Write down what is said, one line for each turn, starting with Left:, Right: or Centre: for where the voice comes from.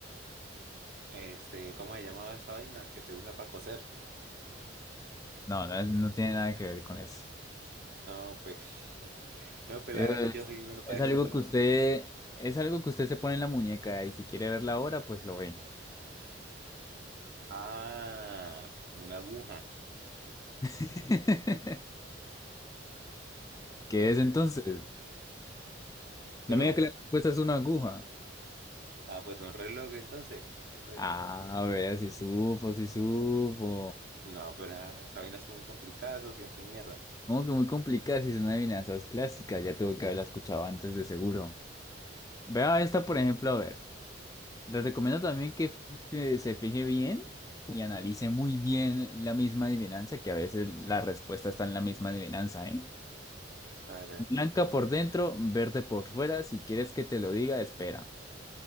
Right: Este, ¿cómo se llamaba esta vaina que se usa para coser?
Left: No, no, es- no tiene nada que ver con eso.
Right: No, pues. No, pues
Left: Eh,
Right: la verdad es que yo soy menos para
Left: Es,
Right: eso,
Left: algo
Right: pero.
Left: que usted, es algo que usted se pone en la muñeca y si quiere verla ahora, pues lo ve.
Right: Ah, una aguja.
Left: <laughs> ¿Qué es entonces?
Right: Sí.
Left: No
Right: Pero,
Left: me diga que la respuesta es una aguja.
Right: ah, pues un reloj entonces. Eso es.
Left: Ah, vea, si supo, si supo.
Right: No, pero ah, esa vaina es muy complicada, socio. Qué mierda.
Left: Como que muy complicada si son adivinanzas clásicas, ya tuvo que haberla escuchado antes de seguro. Vea esta, por ejemplo, a ver. Le recomiendo también que, que se fije bien y analice muy bien la misma adivinanza, que a veces la respuesta está en la misma adivinanza, ¿eh?
Right: A ver,
Left: Blanca por dentro, verde por fuera. Si quieres que te lo diga, espera.